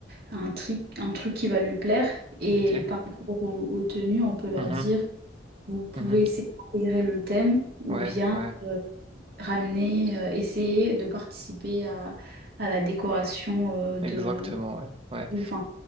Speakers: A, on the right; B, on the right.
A: un truc, un truc qui va lui plaire. Et
B: Ok.
A: par rapport aux, aux tenues, on peut leur
B: Mhm,
A: dire, vous pouvez
B: mhm.
A: essayer d'intégrer le thème ou
B: Ouais,
A: bien
B: ouais,
A: euh, ramener, euh, essayer de participer à, à la décoration euh, de,
B: exactement. Ouais, ouais.
A: enfin,